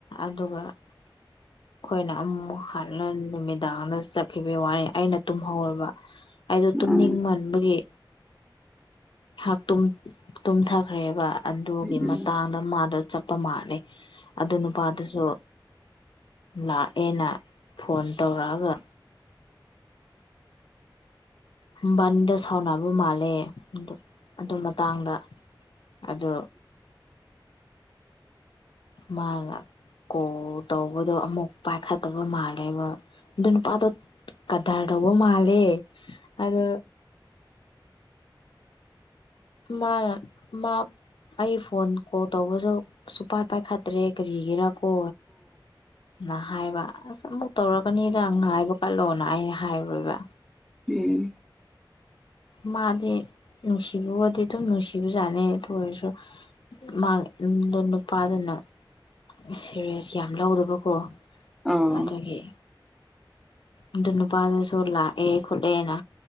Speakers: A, on the left; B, in the centre.
A: ꯑꯗꯨꯒ ꯑꯩꯈꯣꯏꯅ ꯑꯃꯨꯛ ꯍꯟꯅ ꯅꯨꯃꯤꯗꯥꯡꯗ ꯆꯠꯈꯤꯕ ꯋꯥꯅꯤ ꯑꯩꯅ ꯇꯨꯝꯍꯧꯔꯕ ꯑꯩꯗꯣ ꯇꯨꯝꯅꯤꯡꯃꯟꯕꯒꯤ
B: ꯑꯥ
A: ꯍꯞ ꯇꯨꯃ ꯇꯨꯝꯊꯈ꯭ꯔꯦꯕ ꯑꯗꯨꯒꯤ
B: ꯎꯝ
A: ꯃꯇꯥꯡꯗ ꯃꯥꯗꯣ ꯆꯞ ꯄ ꯃꯥꯜꯂꯤ ꯑꯗꯨ ꯅꯨꯄꯥꯗꯨꯁꯨ ꯂꯥꯛꯑꯦꯅ ꯐꯣꯟ ꯇꯧꯔꯛꯑꯒ ꯕꯥꯟꯗ ꯁꯥꯎꯅꯕ ꯃꯥꯜꯂꯦ ꯗꯨ ꯑꯗꯨ ꯃꯇꯥꯡꯗ ꯑꯗꯨ ꯃꯥꯒ ꯀꯣꯜ ꯇꯧꯕꯗꯣ ꯑꯃꯨꯛ ꯄꯥꯏꯈꯠꯇꯕ ꯃꯥꯜꯂꯦꯕ ꯑꯗꯨ ꯅꯨꯄꯥꯗꯣ ꯀꯗꯥꯔꯇꯧꯕ ꯃꯥꯜꯂꯦ ꯑꯗꯨ ꯃꯥꯅ ꯃꯥ ꯑꯩ ꯐꯣꯟ ꯀꯣꯜ ꯇꯧꯕꯁꯨ ꯁꯨꯡꯄꯥꯏ ꯄꯥꯏꯈꯠꯇ꯭ꯔꯦ ꯀꯔꯤꯒꯤꯔꯀꯣ ꯅ ꯍꯥꯏꯕ ꯑꯁ ꯑꯃꯨꯛ ꯇꯧꯔꯛꯀꯅꯤꯗ ꯉꯥꯏꯕ ꯀꯜꯂꯣꯅ ꯑꯩꯅ ꯍꯥꯏꯔꯣꯏꯕ
B: ꯎꯝ
A: ꯃꯥꯗꯤ ꯅꯨꯡꯁꯤ ꯀꯦ ꯗꯨꯝ ꯅꯨꯡꯁꯤꯕꯖꯥꯠꯅꯤ ꯑꯗꯨ ꯑꯣꯏꯔꯁꯨ ꯃꯥ ꯅꯨꯄꯥꯗꯨꯅ ꯁꯦꯔꯤꯌꯥꯁ ꯌꯥꯝ ꯂꯧꯗꯕꯀꯣ
B: ꯑꯥ ꯎꯝ
A: ꯑꯗꯨꯒꯤ ꯑꯗꯨ ꯅꯨꯄꯥꯗꯨꯁꯨ ꯂꯥꯛꯑꯦ ꯈꯣꯠꯂꯦꯅ